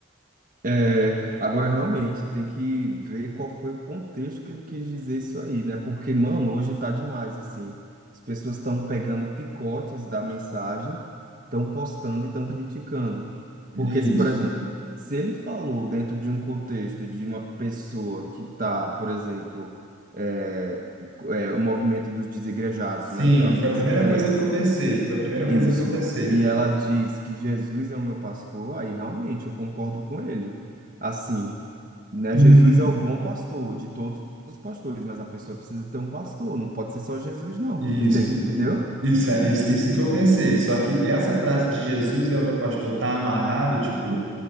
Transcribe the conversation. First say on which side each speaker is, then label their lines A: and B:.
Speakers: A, on the right; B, on the right.
A: É, agora, realmente, tem que ver qual foi o contexto que ele quis dizer isso aí, né? Porque, mano, hoje tá demais, assim. As pessoas estão pegando picotes da mensagem, estão postando e estão criticando.
B: Isso.
A: Porque, se, por exemplo, se ele falou dentro de um contexto de uma pessoa que tá, por exemplo, é, é, o movimento dos desigrejados,
B: Sim,
A: né? Que eu acho
B: foi
A: que
B: a
A: você
B: primeira
A: conhece.
B: coisa que eu pensei. Foi a primeira
A: Isso.
B: coisa que eu pensei.
A: E ela diz que Jesus é o meu pastor, aí realmente eu concordo com ele. Assim, né,
B: Hum,
A: Jesus é o bom pastor de todos os pastores, mas a pessoa precisa ter um pastor, não pode ser só Jesus, não.
B: Isso,
A: <laughs>
B: i-
A: Entendeu?
B: isso, é, isso, isso que eu pensei. Só que essa frase de Jesus é o meu pastor tá amarrado, tipo,